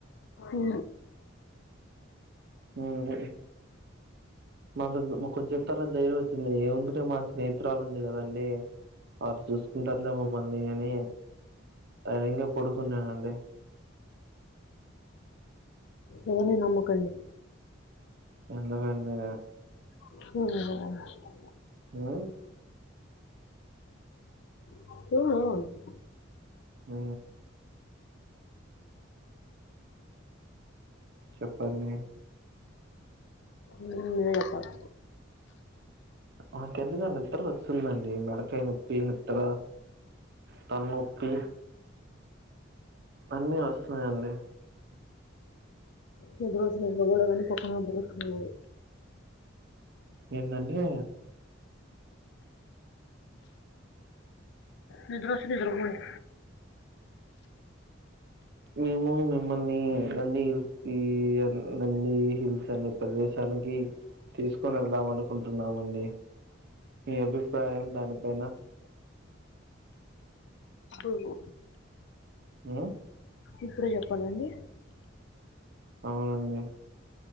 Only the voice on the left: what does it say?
ఉహు
ఎవర్ని నమకండి
ఊహ
ఆవున
నువ్వే చెప్పలి
నిద్ర వస్తే నిద్ర పోవాలి గాని కోపం గా తిరుగుతుంది
నిద్రస్తె నిద్రపోండి
బు
ఇప్పుడే చెప్పాలండి